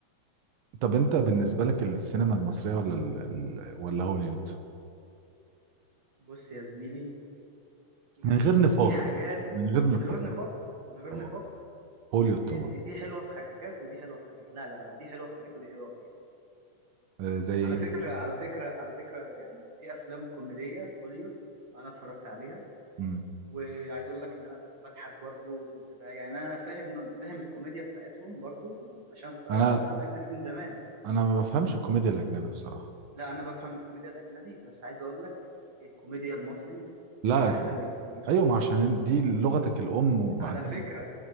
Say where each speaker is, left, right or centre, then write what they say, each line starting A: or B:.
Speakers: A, on the right; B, on the right.
A: طب انت بالنسبه لك السينما المصريه ولا ال... ال... ولا هوليوود
B: بص يا زميلي يعني
A: من غير نفاق
B: دي حاجات
A: بس من غير
B: من
A: نفاق
B: غير نفاق من غير
A: اه
B: نفاق
A: هوليوود طبعا
B: آه، دي حلوة في حاجات ودي حلوة في حاجات لا لا لا دي حلوة في حاجات ودي حلوة في حاجات
A: آه زي ايه
B: على فكرة
A: مثلا؟
B: على فكرة على فكرة يعني في أفلام كوميدية في هوليوود أنا اتفرجت عليها
A: مم.
B: وعايز أقول لك إن أنا كنت بضحك برضو وكنت بقى يعني أنا فاهم فاهم الكوميديا بتاعتهم برضو عشان أنا بتفرج
A: انا
B: على أفلام أجنبي من زمان
A: انا ما بفهمش الكوميديا الاجنبيه بصراحه
B: لا أنا بفهم الكوميديا الأجنبي بس عايز أقول لك الكوميديا المصري يعني
A: لا
B: أحسن
A: ف...
B: بكتير
A: ايوه ما عشان دي لغتك الام وبعدين
B: على فكرة